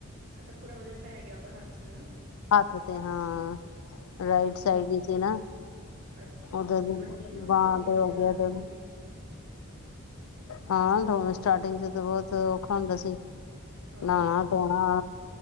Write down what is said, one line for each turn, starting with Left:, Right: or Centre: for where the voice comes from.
Right: ਅੱਛਾ ਪੂਰਾ ਵਜਨ ਪੈ ਗਿਆ ਓਦਾ ਹੱਥ ਚ ਨਾ।
Left: ਹੱਥ ਤੇ ਹਾਂ,
Right: ਅੱਛਾ
Left: ਰਾਈਟ ਸਾਈਡ ਹੀ ਸੀ ਨਾ।
Right: ਅੱਛਾ
Left: ਉਧਰ ਦੀ
Right: ਫਿਰ ਬੜੀ ਮੁਸ਼ਕਿਲ ਹੁੰਦੀ
Left: ਬਾਂਹ
Right: ਹੋਗੀ
Left: ਤੇ
Right: ਰੋਟੀ
Left: ਹੋ
Right: ਰਾਟੀ
Left: ਗਿਆ ਤਿਨ।
Right: ਦੀ ਵੀ
Left: ਹਾਂ ਹੁਣ ਸਟਾਟਿੰਗ ਚ ਤਾਂ ਬਹੁਤ ਔਖਾ ਹੁੰਦਾ ਸੀ,
Right: ਹਾਂ
Left: ਨਾਣਾ ਧੋਣਾ